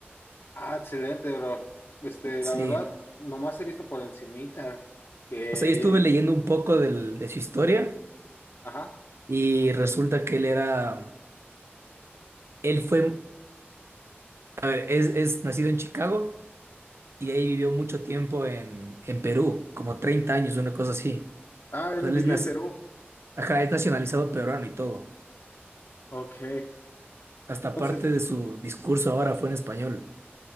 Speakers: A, on the left; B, on the right.
A: Ah, excelente bro. Este,
B: sí.
A: la verdad, nomás he visto por encimita que
B: O sea, yo estuve
A: ya hay-
B: leyendo un poco del- de su historia
A: Ajá.
B: y resulta que él era, él fue, a ver, es, es nacido en Chicago y de ahí vivió mucho tiempo en, en Perú, como 30 años, una cosa así.
A: Ah, él
B: O sea, él
A: vivió
B: es, nac-
A: en Perú.
B: ajá, es nacionalizado peruano y todo.
A: Ok.
B: Hasta
A: Entonces,
B: parte de su discurso ahora fue en español.